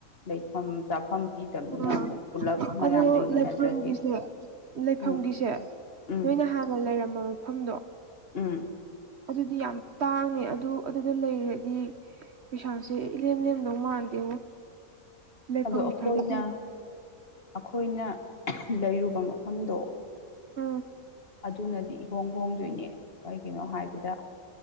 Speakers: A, on the left; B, on the right.
A: ꯂꯩꯐꯝ ꯆꯥꯐꯝ ꯄꯕꯤꯗꯕꯅꯤꯅ
B: ꯎꯝ
A: ꯑꯃꯨꯛ ꯄꯨꯂꯞ ꯃꯌꯥꯝ
B: ꯑꯗꯣ
A: ꯂꯩꯃꯤꯟꯅꯗ꯭ꯔꯗꯤ
B: ꯂꯩꯐꯝꯒꯤꯁꯦ ꯂꯩꯐꯝꯒꯤꯁꯦ
A: ꯎꯝ ꯎꯝ
B: ꯅꯣꯏꯅ ꯍꯥꯟꯅ ꯂꯩꯔꯝꯕ ꯃꯐꯝꯗꯣ
A: ꯎꯝ
B: ꯑꯗꯨꯗꯤ ꯌꯥꯝ ꯇꯥꯡꯉ ꯑꯗꯨ ꯑꯗꯨꯗ ꯂꯩꯔꯗꯤ ꯄꯩꯁꯥꯁꯦ ꯏꯂꯦꯝ ꯂꯦꯝꯗꯧ ꯃꯥꯟꯗꯦ ꯂꯩꯐꯝ
A: ꯑꯗꯣ ꯑꯩꯈꯣꯏꯅ
B: ꯁꯥꯏꯗ
A: ꯑꯩꯈꯣꯏꯅ ꯂꯩꯔꯨꯕ ꯃꯐꯝꯗꯣ
B: ꯎꯝ
A: ꯑꯗꯨꯅꯗꯤ ꯏꯍꯣꯡ ꯍꯣꯡꯗꯣꯏꯅꯦ ꯀꯩꯒꯤꯅꯣ ꯍꯥꯏꯕꯗ